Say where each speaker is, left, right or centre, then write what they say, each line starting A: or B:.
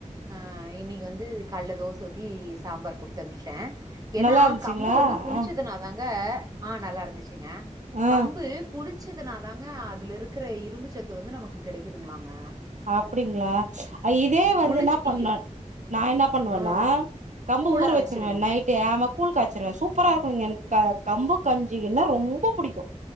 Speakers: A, on the right; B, on the right.
A: ஆ இன்னிக்கு வந்து கால்ல தோச ஊத்தி சாம்பார் குடுத்தனுப்ச்டே ஏனா
B: நல்லா இருந்துச்சுங்களா
A: கம்பு வந்து புளிச்சதுனா
B: ஆ
A: இந்த ஆ நல்லா இருந்துச்சுங்க
B: ஆ
A: கம்பு புளிச்சதுனாதாங்க அதுல இருக்கற இரும்பு சத்து வந்து நமக்கு கிடைக்குதுங்களாங்க
B: அப்டிங்களா இதே வந்து
A: புளிச்சு
B: என்ன பண்ண
A: இ
B: நா என்ன பண்ணுவேன்னா
A: ஆ
B: கம்பு
A: கூழா
B: ஊர் வச்சிருவேன்
A: வச்சிருவீங்க
B: நைட்டு ஆமா கூல் காய்ச்சிருவேன் சூப்பரா
A: ஆ
B: இருக்கும் இங்க க கம்பு கஞ்சினா ரொம்ப புடிக்கும்